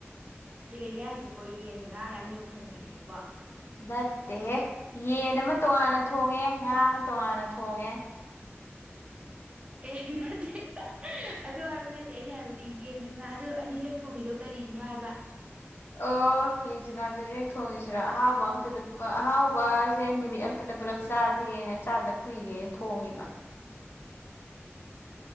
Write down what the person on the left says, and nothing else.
ꯅꯠꯇꯦꯍꯦ ꯌꯦꯟ ꯑꯃ ꯇꯣꯉꯥꯟꯅ ꯊꯣꯡꯉꯦ ꯉꯥ ꯑꯃ ꯇꯣꯉꯥꯟꯅ ꯊꯣꯡꯉꯦ꯫
ꯑꯣ ꯌꯦꯟꯁꯨ ꯉꯥꯁꯨ ꯑꯅꯤꯃꯛ ꯊꯣꯡꯉꯤꯁꯤꯔꯣ ꯑꯍꯥꯎꯕ ꯑꯃꯇꯗ ꯑꯍꯥꯎꯕꯁꯦ ꯅꯨꯃꯤꯠ ꯑꯃꯠꯇꯗ ꯄꯨꯂꯞ ꯆꯥꯁꯦꯅ ꯆꯥꯗꯕ ꯀꯨꯏꯔꯦꯅ ꯊꯣꯡꯉꯤꯕ꯫